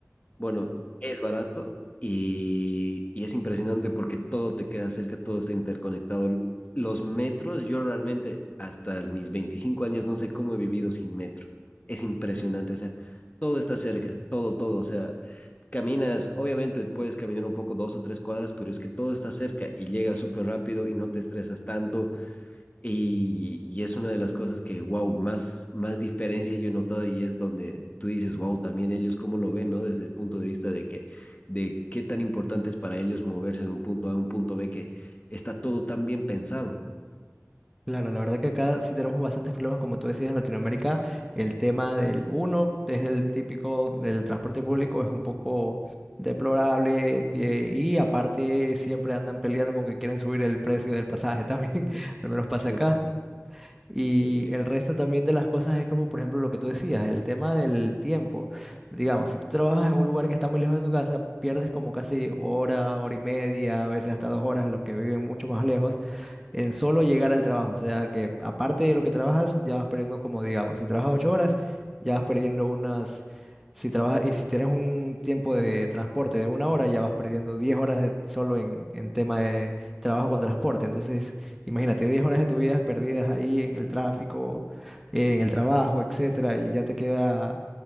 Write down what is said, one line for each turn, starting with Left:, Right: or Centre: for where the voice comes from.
Left: bueno, es barato y, y es impresionante porque todo te queda cerca, todo está interconectado. Los metros, yo realmente hasta mis 25 años no sé cómo he vivido sin metro. Es impresionante, o sea, todo está cerca, todo, todo, o sea, caminas, obviamente puedes caminar un poco dos o tres cuadras, pero es que todo está cerca y llegas súper rápido y no te estresas tanto y, y es una de las cosas que, wow, más, más diferencia yo he notado y es donde tú dices, wow, también ellos cómo lo ven, ¿no? Desde el punto de vista de que, de qué tan importante es para ellos moverse de un punto A a un punto B, que está todo tan bien pensado.
Centre: Claro, la verdad que acá sí tenemos bastantes problemas, como tú decías, en Latinoamérica. El tema del uno es el típico del transporte público, es un poco deplorable eh, y aparte siempre andan peleando con que quieren subir el precio del pasaje también, <laughs> al menos pasa
Left: Mucho,
Centre: acá. Y
Left: sí.
Centre: el resto también de las cosas es como, por ejemplo, lo que tú decías, el tema del tiempo. Digamos, si tú trabajas en un lugar que está muy lejos de tu casa, pierdes como casi hora, hora y media, a veces hasta dos horas, los que viven mucho más lejos en solo llegar al trabajo. O sea que aparte de lo que trabajas, ya vas perdiendo como digamos, si trabajas ocho horas, ya vas perdiendo unas, si trabajas, y si tienes un tiempo de transporte de una hora, ya vas perdiendo 10 horas de, solo en, en tema de trabajo con transporte. Entonces, imagínate, 10 horas de tu vida perdidas ahí en el tráfico, en el trabajo, etcétera, y ya te queda